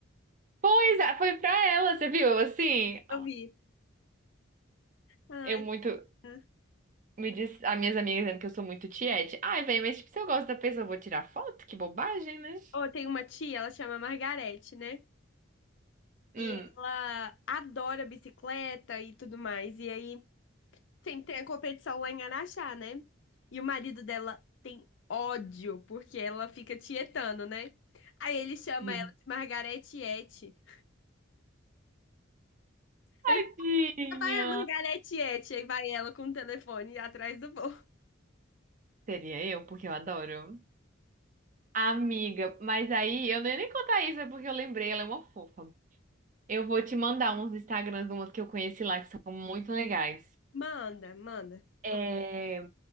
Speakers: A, on the right; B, on the left.
A: Pois é, foi pra ela, você viu? Eu, assim.
B: Eu vi. Ai,
A: Eu muito.
B: tá.
A: Me diz, as minhas amigas dizendo que eu sou muito tiete. Ai, velho, mas tipo, se eu gosto da pessoa, eu vou tirar foto? Que bobagem, né?
B: Ó, tem uma tia, ela chama Margarete, né?
A: Hum.
B: E ela adora bicicleta e tudo mais. E aí sempre tem a competição lá em Araxá, né? E o marido dela tem ódio porque ela fica tietando, né? Aí ele chama
A: Sim.
B: ela de Margarete Ete.
A: Tadinha.
B: Ele fala, vai a Margarete Ete. Aí vai ela com o telefone atrás do voo.
A: Seria eu, porque eu adoro. Amiga, mas aí eu não ia nem contar isso, é porque eu lembrei, ela é uma fofa. Eu vou te mandar uns Instagrams de umas que eu conheci lá, que são muito legais.
B: Manda, manda.
A: É...